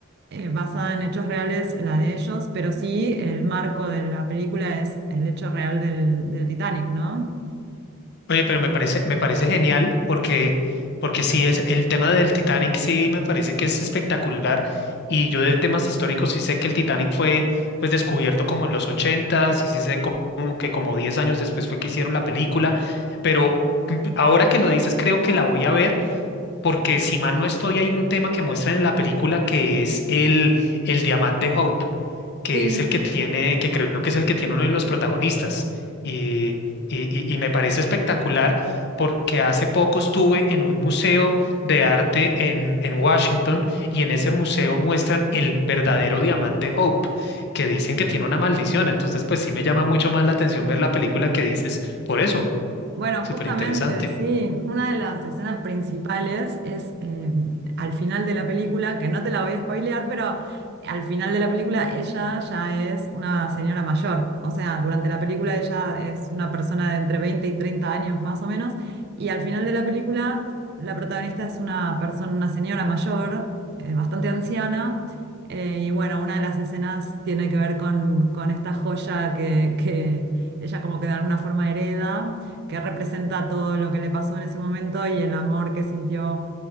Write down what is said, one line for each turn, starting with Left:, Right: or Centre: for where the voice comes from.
Right: eh, basada en hechos reales, la de ellos, pero sí el marco de la película es el hecho real del, del Titanic, ¿no?
Left: oye, pero me parece, me parece genial porque, porque sí es el tema del Titanic, sí me parece que es espectacular. Y yo de temas históricos sí sé que el Titanic fue pues descubierto como en los ochentas, y sí sé co- como que como 10 años después fue que hicieron la película, pero mm, ahora que lo dices creo que la voy a ver porque si mal no estoy, hay un tema que muestran en la película que es el, el diamante Hope, que
Right: Sí,
Left: es el que tiene, que creo que es el que tiene uno de los protagonistas. Y, y, y- y me parece espectacular porque hace poco estuve en un museo de arte en, en Washington y en ese museo muestran el verdadero diamante Hope, que dicen que tiene una maldición. Entonces, pues sí me llama mucho más la atención ver la película que dices por eso.
Right: Bueno,
Left: Súper
Right: justamente,
Left: interesante.
Right: sí, una de las escenas principales es eh, al final de la película, que no te la voy a spoilear, pero al final de la película ella ya es una señora mayor, o sea, durante la película ella es una persona de entre 20 y 30 años más o menos, y al final de la película la protagonista es una persona, una señora mayor, eh, bastante anciana. eh, y bueno, una de las escenas tiene que ver con, con esta joya que, que ella como que de alguna forma hereda que representa todo lo que le pasó en ese momento y el amor que sintió